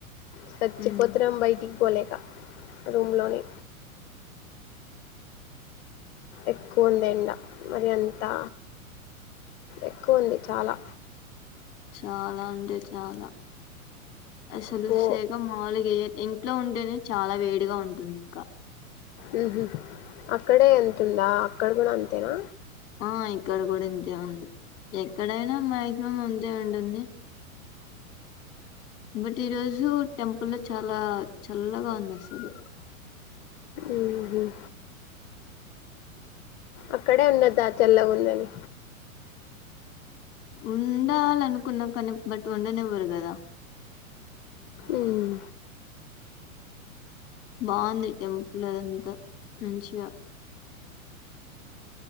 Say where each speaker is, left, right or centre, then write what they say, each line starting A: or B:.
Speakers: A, on the left; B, on the left.
A: చచ్చిపోతున్నాం
B: మ్మ్
A: బయటికి పోలేక రూమ్ లోనే ఎక్కువ ఉంది ఎంండ మరి అంతా ఎక్కువ ఉంది చాలా
B: చాలా అంటే చాలా అసలు
A: పో
B: సేగం మామూల్ గే ఇంట్లో ఉంటేనే చాలా వేడిగా ఉంటుంది ఇంకా
A: ఉమ్ హ్మ్ అక్కడే ఎంతుందా అక్కడ కూడా అంతేనా
B: ఆ ఇక్కడ కూడా ఇంతే ఉంది ఎక్కడైనా మాక్సిమం అంతే ఉంటుంది బట్ ఈ రోజు టెంపుల్ చాలా చల్లగా ఉంది అసలు
A: ఉమ్ హ్మ్ అక్కడే ఉండదా చల్లగా ఉందని
B: ఉండాలనుకున్న కానీ బట్ ఉండనేవారు కదా
A: ఉమ్
B: బాగుంది టెంపుల్దంతా మంచిగా